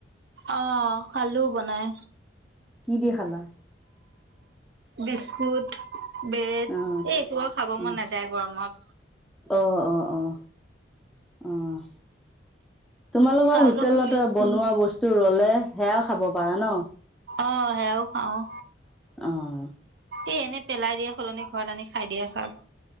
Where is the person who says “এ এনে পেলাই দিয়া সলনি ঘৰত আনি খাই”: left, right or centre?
Right